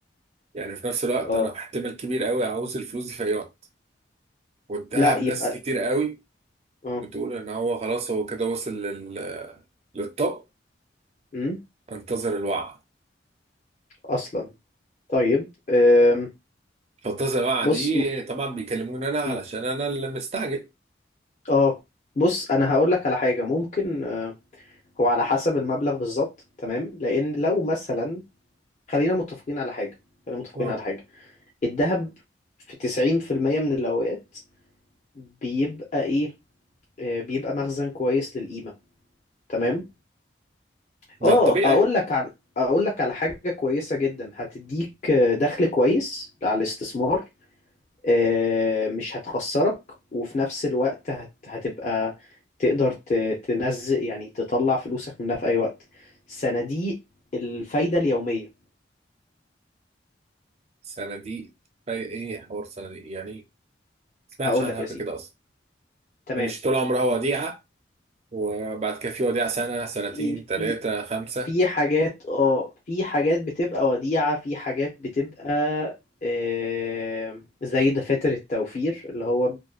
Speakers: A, on the right; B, on the left.
A: يعني في نفس الوقت
B: اه
A: انا احتمال كبير قوي عاوز الفلوس دي في اي وقت والذهب
B: لا يبقى
A: ناس كتير قوي
B: اه
A: بتقول ان هو خلاص هو كده وصل لل... للطب
B: مم.
A: انتظر الوعي
B: أصلا طيب آم،
A: فالتصل الوقعة
B: بص
A: دي طبعا بيكلموني انا علشان
B: مم.
A: انا اللي مستعجل
B: اه بص أنا هقول لك على حاجة ممكن آه، هو على حسب المبلغ بالظبط تمام لان لو مثلا خلينا متفقين على حاجه خلينا متفقين
A: اه
B: على حاجه الذهب في 90% من الاوقات بيبقى ايه آه، بيبقى مخزن كويس للقيمه تمام
A: ده
B: اه
A: الطبيعي
B: اقول لك على اقول لك على حاجه كويسه جدا هتديك آه، دخل كويس على الاستثمار آه، مش هتخسرك وفي نفس الوقت هت- هتبقى تقدر ت- تنزل يعني تطلع فلوسك منها في أي وقت صناديق الفايدة اليومية
A: صناديق ايه حوار صناديق يعني ايه ما سمعتش
B: هقول
A: عنها
B: لك يا
A: قبل
B: سيدي
A: كده اصلا
B: تمام
A: يعني مش طول عمرها وديعة وبعد كده في وديعة سنة سنتين
B: إيه،
A: ثلاثة
B: في
A: خمسة
B: في حاجات اه في حاجات بتبقى وديعة في حاجات بتبقى آه، زي دفاتر التوفير اللي هو